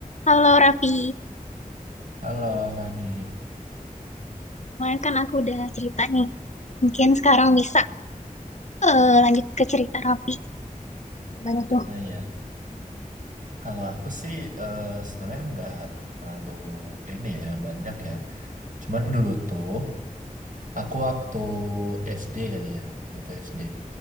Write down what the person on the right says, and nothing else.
Halo, Hani.
Nah ya, kalau aku sih eh, sebenarnya nggak terlalu ini ya banyak ya. Cuman dulu tuh aku waktu SD kali ya, waktu SD.